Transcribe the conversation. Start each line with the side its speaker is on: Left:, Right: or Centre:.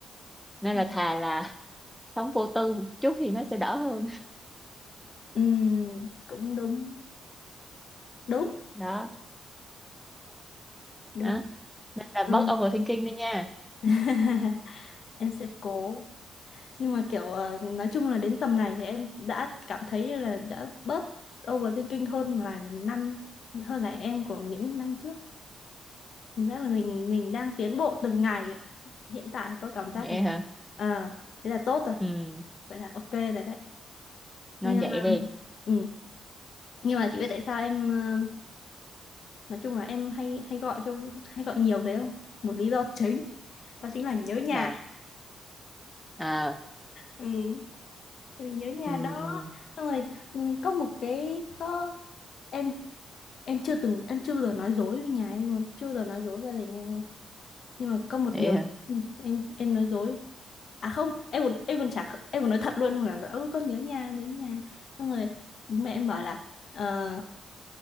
Centre: nên
Left: ừ
Centre: là thà là sống vô tư một chút thì nó sẽ đỡ hơn
Left: Ừ, cũng đúng đúng
Centre: đó
Left: đúng
Centre: đó nên là
Left: ừ.
Centre: bớt overthinking đi nha
Left: <laughs> em sẽ cố nhưng mà kiểu ờ, nói chung là đến tầm này thì em đã cảm thấy là đã bớt overthinking hơn là năm hơn là em của những năm trước cảm giác là mình mình đang tiến bộ từng ngày ấy. hiện tại có cảm giác
Centre: vậy
Left: là
Centre: hả
Left: ờ, thế là tốt rồi
Centre: ừ
Left: vậy là ok rồi đấy
Centre: nên
Left: nhưng
Centre: vậy đi
Left: ừ. nhưng mà chị biết tại sao em ờ, nói chung là em hay hay gọi cho hay gọi nhiều thế không một lý do chính đó chính là nhớ nhà
Centre: là à
Left: ừ. Tại vì nhớ nhà
Centre: ừ
Left: đó xong rồi ừ, có một cái có em em chưa từng em chưa bao giờ nói dối với nhà em luôn chưa bao giờ nói dối với gia đình em luôn nhưng mà có một
Centre: vậy
Left: điều
Centre: hả
Left: ừ, em em nói dối à không em còn em còn chả em còn nói thật luôn là ôi con nhớ nhà nhớ nhà xong rồi bố mẹ em bảo là ờ,